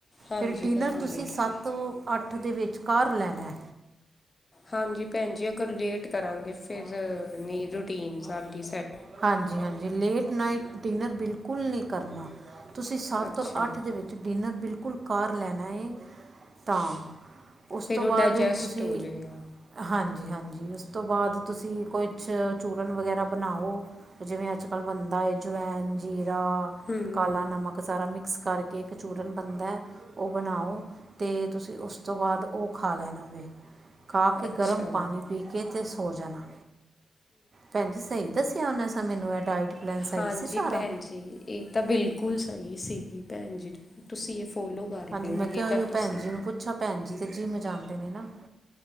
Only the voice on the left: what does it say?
ਹਾਂਜੀ
ਭੈਣ
ਜੀ
ਹਾਂਜੀ ਭੈਣਜੀ ਅਗਰ ਲੇਟ ਕਰਾਂਗੇ ਫਿਰ ਨਹੀਂ ਰੂਟੀਨ ਸਾਡੀ ਸੈਟ
ਅੱਛਾ
ਫਿਰ
ਉਹ
ਡਾਇਜੈਸਟ
ਹੋ ਜਾਏਗਾ
ਹੂੰ
ਅੱਛਾ
ਹਾਂਜੀ
ਭੈਣ ਜੀ ਇਹ ਤਾਂ ਬਿਲਕੁਲ ਸਹੀ ਸੀ ਭੈਣ ਜੀ ਤੁਸੀਂ ਇਹ ਫੋਲੋ। ਕਰ
ਲੂੰਗੇ
ਤਾਂ ਤੁਸੀਂ